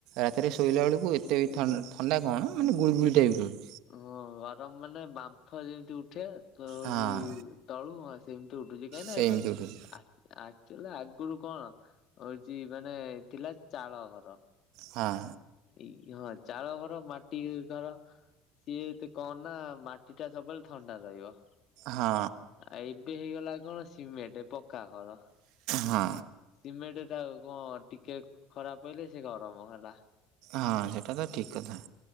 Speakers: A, on the right; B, on the left.
A: ରାତିରେ ଶୋଇଲା ବେଳକୁ ଏତେ ବି ଥଣ୍ଡା
B: ଗ
A: ଥଣ୍ଡା କଣ ମାନେ ଗୁଳିଗୁଳି ଟାଇପ୍ ରହୁଛି।
B: ହଁ ଗରମ ମାନେ ବାମ୍ଫ ଯେମିତି ଉଠେ ତ ହଉଛି
A: ହଁ
B: ତଳୁ ହଁ ଆସେ ଉଠୁଛି କାହିଁକି ନା
A: ସେମିତି
B: ଏବେ
A: ଉଠୁଛି
B: ଆଜ ଆକ୍ଚୁଲି ଆଗରୁ କଣ ହଉଛି ମାନେ ଥିଲା ଚାଳ ଘର।
A: ହଁ।
B: ଏଇ ହଁ ଚାଳ ଘର ମାଟି ଘର। ସିଏ ଏତେ କଣ ନା ମାଟି ଟା ସବୁବେଳେ ଥଣ୍ଡା ରହିବ।
A: ହଁ।
B: ଆଉ ଏବେ ହେଇଗଲା କଣ ସିମେଣ୍ଟ ପକ୍କା ଘର।
A: ହଁ
B: ସିମେଟ ଟା କଣ ଟିକେ ଖରାପ ହେଲେ ସେ ଗରମ ହେଲା।
A: ହଁ ସେଟା ତ ଠିକ କଥା।